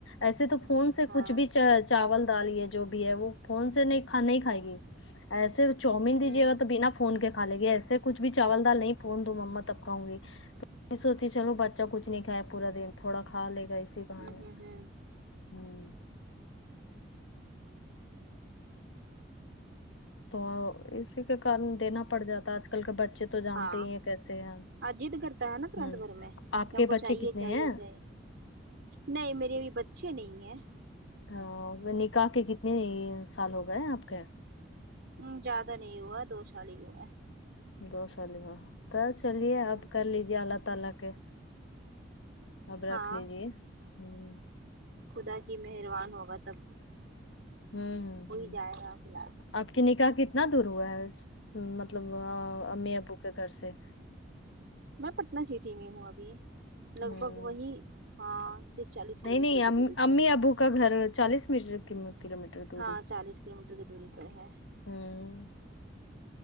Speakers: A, on the left; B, on the right.
A: ایسے تو فون سے
B: ہاں
A: کچھ بھی چاول دال یہ جو بھی ہے وہ فون سے نہیں کھ نہیں کھائے گی ایسے چاومین دیجے
B: ہوں
A: تو بنا فون کے کھالے گے ایسے کچھ بھی چاول دال نہیں فون دو مما تب کھاؤں گی میں سوچی چلو بچہ کچھ نہیں کھایا پورا دن تھوڑا کھا لے گا اس ی بہانے
B: ہوں ہوں ہوں
A: ہمم تو اسی کے کارن دینا پڑ جاتا ہے آج کل کے بچے تو جانتے
B: ہاں
A: ہی ہیں کیسے ہیں
B: آ ضد کرتا ہے نا تورنت
A: ہوں
B: گھر میں
A: آپ
B: کہ
A: کے
B: ہم کو
A: بچے
B: چاہیے
A: کتنے
B: چاہیے
A: ہیں
B: چاہیے نہیں میری ابھی بچے نہیں ہیں
A: ہاں نکاح کے کتنے سال ہو گئے آپ کے
B: ہ زیادہ نہیں ہوا دو سال ہی ہوا
A: دو سال ہی ہوا خیر چلیے
B: ہوں
A: اب کر لیجے اللہ تعالی کے اب
B: ہاں
A: رکھ لیجیے ہوں
B: خدا کی مہربان ہوگا تب
A: ہوں
B: ہو
A: ہ
B: ہی جائے گا فی الحال
A: آپ کی نکاح کتنا دور ہوا ہے مطلب امی ابو کے گھر سے
B: میں پٹنہ سٹی میں ہوں ابھی لگ
A: ہوں
B: بھگ وہی ہاں تیس چالیس کلو
A: نہیں
B: میٹر
A: نہیں
B: کی دوری پر
A: امی ابو کا گھر چالیس میٹر کلو میٹر دوری
B: ہاں چالیس کلو میٹر کی دوری پر ہے
A: ہمم